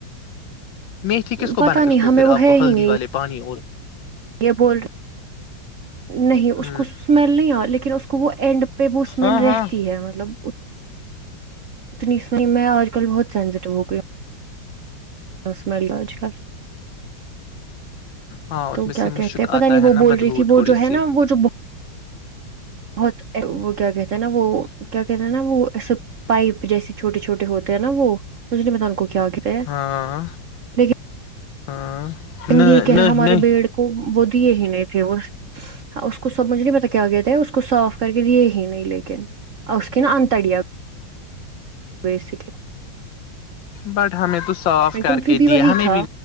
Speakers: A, on the left (about 80°); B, on the right (about 60°).
A: میٹھی کس کو
B: پتا
A: بنا
B: نہیں
A: اس
B: ہمیں
A: کو پھر
B: وہ
A: آپ
B: ہے
A: کو
B: ہی
A: ہلدی
B: نہیں
A: والے پانی اور
B: یہ بول نہیں اس
A: ہ
B: کو اسمیل نہیں آ لیکن اس گ اینڈ پہ وہ اسمیل
A: ہاں
B: رہتی
A: ہاں
B: ہے مطلب اتنی سو میں آج کل بہت سینسٹیو ہو گئ ہ ہ سمائی لو آج کل
A: ہاں اس
B: تو
A: میں سے
B: کیا
A: مشک
B: کہتے ہیں
A: آتا
B: پتا نہیں
A: ہے
B: وہ
A: نا
B: بول
A: بدبو
B: رہی تھی وہ
A: تھوڑی
B: جو ہے
A: سی
B: نا وہ جو بہت وہ کیا کہتے ہیں نا وہ کیا کہتے ہیں نا وہسے پائپ جیسی چھوٹے چھوٹ ہوتے ہیں نا وہ اسے میں کو کیا کہتا ہے
A: ہاں
B: لیکن
A: ہاں
B: ت
A: ن
B: یہ کہہ رہے
A: نہیں
B: ہمارے
A: نہیں
B: بیڑ کو وہ دیے ہی نہیں تھے وہ کو سب مجھے نہیں پتا کیا گ تھ تھا اس کو صاف کر کے دیے ہی نہیں لیکن اس کےن اننتڑیا بیسکلی
A: بٹ ہمیں تو صاف
B: لیکن
A: کر
B: پھر
A: کے
B: بھی
A: دیا
B: وہی
A: ہمیں
B: تھا
A: بھی